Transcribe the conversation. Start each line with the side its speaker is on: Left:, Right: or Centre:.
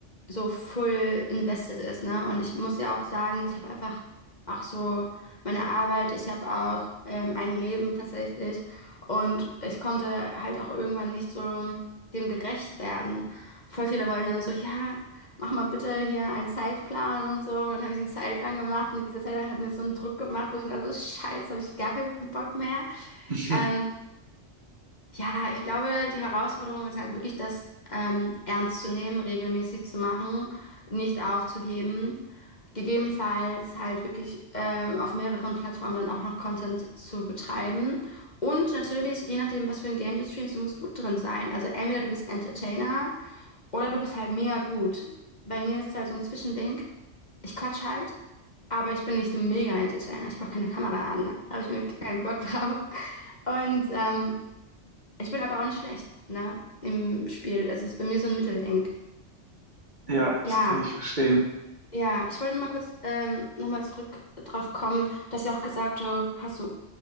Left: so full invested ist, ne? Und ich muss ja auch sagen, ich habe einfach auch so meine Arbeit, ich habe auch ähm, ein Leben tatsächlich. Und ich konnte halt auch irgendwann nicht so dem gerecht werden. Voll viele wollen dann so, ja mach mal bitte hier einen Zeitplan und so. Und dann habe ich den Zeitplan gemacht und dieser Zeitplan hat mir so einen Druck gemacht, wo ich mir dachte, oh, scheiße, habe ich gar keinen Bock mehr.
Right: <laughs>
Left: Ähm, ja, ich glaube, die Herausforderung ist halt wirklich, das ähm, ernst zu nehmen, regelmäßig zu machen, nicht aufzugeben. Gegebenenfalls halt wirklich ähm, auf mehreren Plattformen dann auch noch Content zu betreiben. Und natürlich, je nachdem, was für ein Game du streamst, du musst gut drin sein. Also entweder du bist Entertainer, oder du bist halt mega gut. Bei mir ist es halt so ein Zwischending. Ich quatsch halt, aber ich bin nicht ein Mega-Entertainer. Ich habe auch keine Kamera an. ne? Da habe ich mir keinen Bock drauf. Und ähm, ich bin aber auch nicht schlecht, ne, im Spiel. Also es ist bei mir so ein Mittelding.
Right: Ja, das
Left: Ja,
Right: kann ich verstehen.
Left: ja, ich wollte nur mal kurz ähm, nochmal zurück drauf kommen, dass ja auch gesagt, du hast du